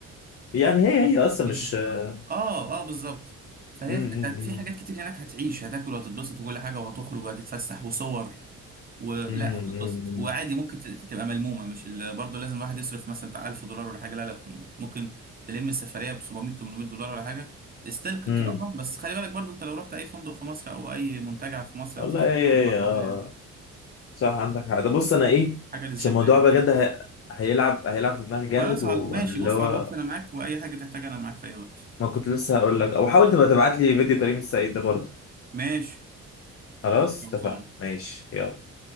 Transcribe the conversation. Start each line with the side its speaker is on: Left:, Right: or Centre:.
Left: يعني
Right: ف-
Left: هي
Right: 50
Left: هي اصلا
Right: جنيه
Left: مش امم
Right: اه اه بالظبط فهي
Left: أمم،
Right: ف- انت
Left: أمم.
Right: في حاجات كتير هناك هتعيش هتاكل وهتتبسط وكل حاجه وهتخرج وهتتفسح وصور ولا
Left: أمم،
Right: هتتبسط
Left: أمم،
Right: وعادي ممكن ت- تبقى ملمومه مش ال... برضه لازم الواحد يصرف مثلا بتاع 1000 دولار ولا حاجه لا لا ممكن تلم السفريه ب 700 800 دولار ولا حاجه استلك
Left: أمم.
Right: كرقم بس خلي بالك برضه انت لو رحت اي فندق في مصر او اي منتجع في مصر
Left: والله
Right: هتصرف
Left: هي
Right: كم الرقم
Left: هي اه آه.
Right: ده يعني
Left: صح عندك حق ده بص انا ايه
Right: حاجه للذكر
Left: عشان الموضوع
Right: يعني
Left: بجد
Right: مم.
Left: ه- هيلعب هيلعب في دماغي جامد
Right: خلاص
Left: وانا
Right: على... ماشي
Left: اللي
Right: بص
Left: هو
Right: على الواتس انا معاك واي حاجه تحتاجها انا معاك في اي وقت
Left: ما كنت لسه هقول لك او حاول تبقى تبعت لي فيديو كريم السعيد ده برضه
Right: ماشي
Left: خلاص
Right: خلصان
Left: اتفقنا ماشي يلا